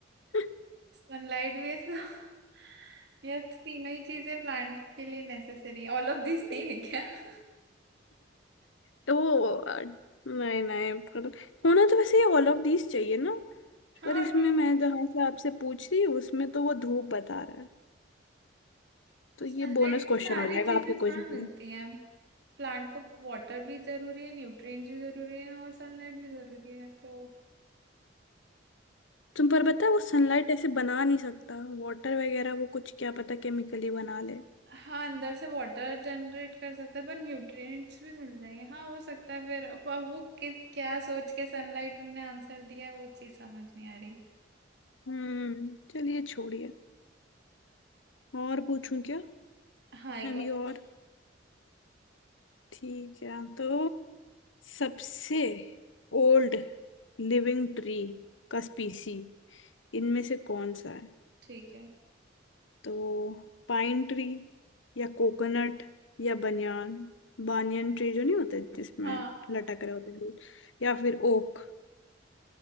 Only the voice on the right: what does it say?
सनलाइट भी है so- <laughs> ये तीनों ही चीजें प्लांट के लिए नेसेसरी है ऑल ऑफ दिस नहीं है क्या <laughs>
हाँ
क्योंकि
सनलाइट
से
सारी
चीजें
थोड़ा
मिलती
हैं प्लांट को वाटर भी जरूरी है न्यूट्रिएंट्स भी जरूरी है और सनलाइट भी जरूरी है तो
हाँ अंदर से वाटर जनरेट कर सकता है पर न्यूट्रिएंट्स भी मिल जाएंगे हाँ हो सकता है फिर अब अब वो किस क्या सोच के सनलाइट उनने आंसर दिया है, वो चीज समझ नहीं आ रही
हाँ एक
और
पूछ
ठीक है
हाँ